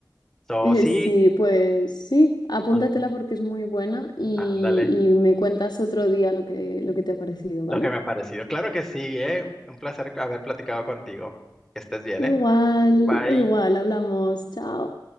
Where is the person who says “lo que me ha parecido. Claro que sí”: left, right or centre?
Centre